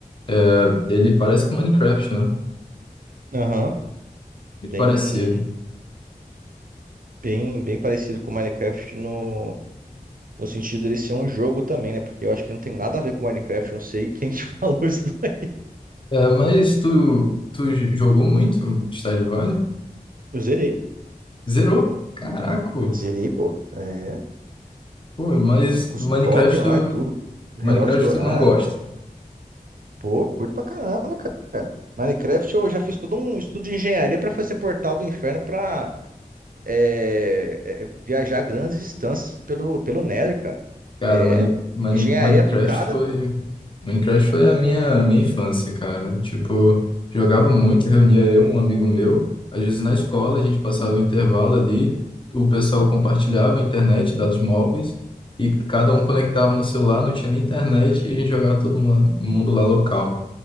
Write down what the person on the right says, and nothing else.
Aham.
Bem,
bem, bem parecido com Minecraft no, no sentido dele ser um jogo também, né? Porque eu acho que não tem nada a ver com Minecraft, não sei quem te <laughs> falou isso. daí.
Eu zerei.
Zerei, pô. É.
Com
os totem lá
e tudo. Relógio
dourado.
Pô, curto pra caramba, cara. Minecraft eu já fiz todo um estudo de engenharia pra fazer portal do inferno pra é, é, viajar grandes distâncias pelo, pelo Nether, cara.
É
engenharia
aplicada,
pô.